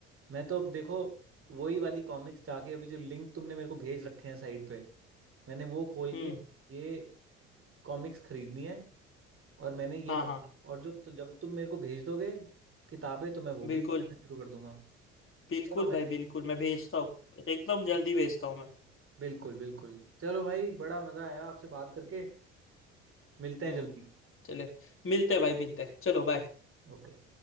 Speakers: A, on the right (about 45°); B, on the left (about 40°).
A: मैं तो अब देखो वही वाली कॉमिक्स जाके अभी जो लिंक तुमने मेरे को भेज रखे हैं साइट पे मैंने वो खोल
B: हम्म
A: के ये कॉमिक्स खरीदनी है और मैंने ये
B: हाँ
A: पढ़ना
B: हाँ
A: है और जो तो जब तुम मेरे को भेज दोगे किताबें तो मैं वो भी
B: बिल्कुल
A: पढ़ना शुरू कर दूंगा
B: बिल्कुल
A: चलो भाई
B: भाई बिल्कुल मैं भेजता हूँ एकदम जल्दी भेजता हूँ मैं
A: बिल्कुल बिल्कुल चलो भाई बड़ा मज़ा आया आपसे बात करके मिलते हैं
B: हम्म
A: जल्दी
B: चले मिलते हैं भाई मिलते हैं चलो बाय
A: ओके